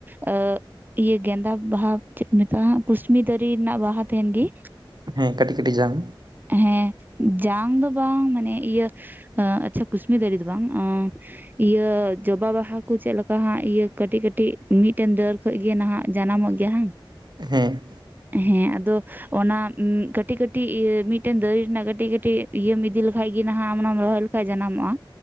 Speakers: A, on the right; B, on the right.
A: ᱟᱸᱜ ᱤᱭᱟᱹ ᱜᱮᱫᱟ ᱵᱟᱦᱟ ᱪᱮᱫ ᱠᱚ ᱢᱮᱛᱟᱜᱼᱟ, ᱳᱭᱟᱹ ᱠᱩᱥᱢᱤ ᱫᱟᱨᱮ ᱨᱮᱱᱟᱜ ᱵᱟᱦᱟ ᱛᱟᱦᱮᱱ ᱜᱮᱤ
B: ᱦᱮᱸ ᱠᱟᱹᱴᱤᱡ ᱠᱟᱹᱴᱤᱡ ᱡᱟᱝ
A: ᱦᱮᱸ ᱡᱟᱝ ᱫᱚ ᱵᱟᱝ, ᱢᱟᱱᱮᱹ ᱤᱭᱟᱹ ᱟᱪᱪᱷᱟ ᱠᱩᱥᱢᱤ ᱫᱟᱨᱮ ᱫᱚ ᱵᱟᱝ ᱤᱭᱟᱹ ᱡᱚᱵᱟ ᱵᱟᱦᱟ ᱠᱚ ᱪᱮᱫᱹᱞᱮᱠᱟ ᱦᱟᱸᱜ ᱤᱭᱟᱹ ᱠᱟᱹᱴᱤᱡ ᱠᱟᱹᱴᱤᱡ ᱢᱤᱫᱹᱴᱮᱱ ᱫᱟᱹᱨ ᱠᱷᱚᱡᱜᱮ ᱱᱟᱦᱟᱜ ᱡᱟᱱᱟᱢᱚᱹᱜ ᱜᱮᱹᱭᱟ ᱦᱟᱝ
B: ᱦᱮᱸ᱾
A: ᱦᱮᱸ ᱟᱫᱚ, ᱚᱱᱟ ᱩᱸ ᱠᱟᱹᱴᱤᱡ ᱠᱟᱹᱴᱤᱡ ᱤᱭᱟᱹ ᱢᱤᱫᱹᱴᱮᱱ ᱫᱟᱨᱮ ᱨᱮᱱᱟᱜ ᱠᱟᱹᱴᱤᱡ ᱠᱟᱹᱴᱤᱡ ᱤᱭᱟᱹᱢ ᱤᱫᱤ ᱞᱮᱹᱠᱷᱟᱡ ᱜᱮ ᱱᱟᱦᱟᱜ ᱟᱢ ᱚᱱᱟᱢ ᱨᱚᱦᱚᱸᱭ ᱞᱮᱹᱠᱷᱟᱡ ᱡᱟᱱᱟᱢᱚᱜᱼᱟ᱾